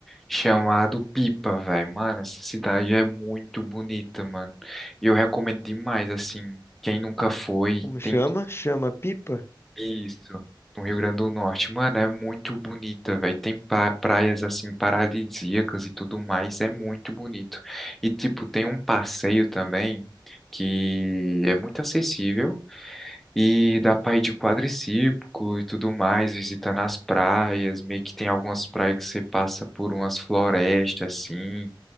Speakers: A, in the centre; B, on the left.
A: chamado Pipa, velho. Mano, essa cidade é muito bonita, mano. E eu recomendo demais, assim, quem nunca foi,
B: Como
A: tem
B: chama? Chama Pipa?
A: Isso, no Rio Grande do Norte. Mano, é muito bonita, velho. Tem pa- praias assim paradisíacas e tudo mais, é muito bonito. E tipo, tem um passeio também que é muito acessível e dá pra ir de quadriciclo e tudo mais, visitando as praias. Meio que tem algumas praias que você passa por umas florestas assim.